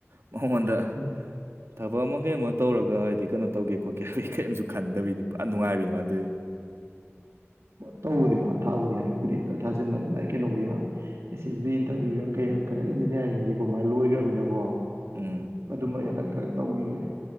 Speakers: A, on the right; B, on the right.
A: ꯃꯉꯣꯟꯗ
B: ꯎꯝ
A: <unintelligible> ꯊꯕꯛ ꯑꯃ ꯀꯩ ꯑꯃ ꯇꯧꯔꯒ ꯍꯥꯏꯗꯤ ꯀꯩꯅꯣ ꯇꯧꯒꯦ ꯈꯣꯠꯀꯦ ꯍꯥꯏꯕ ꯀꯔꯤꯝꯁꯨ ꯈꯟꯗꯕꯤꯅꯤ ꯄꯨꯔꯥ ꯅꯨꯡꯉꯥꯏꯕꯅꯤ ꯃꯥꯅ <inaudible>
B: ꯇꯧꯕꯗꯤ ꯃꯥ ꯊꯥꯕꯨꯗꯤ ꯍꯟꯗꯛꯄꯨꯗꯤ ꯈꯔꯥ ꯊꯥꯖꯤꯟꯕꯅꯤ ꯃꯥ ꯀꯩꯅꯣꯒꯤ ꯌꯥꯝ ꯑꯦꯁ ꯑꯦꯁ ꯕꯤ ꯏꯟꯇ꯭ꯔꯚꯤꯌ <inaudible> <inaudible> ꯏꯟꯖꯤꯅꯤꯌꯥꯔꯤꯡꯒꯤ ꯀꯣ ꯃꯥꯏ ꯂꯣꯏꯈ꯭ꯔꯃꯤꯅꯀꯣ
A: ꯎꯝ
B: ꯑꯗꯨꯝꯃ ꯍꯦꯟꯗꯛ ꯈꯔ ꯇꯧꯒꯤꯕꯅꯤ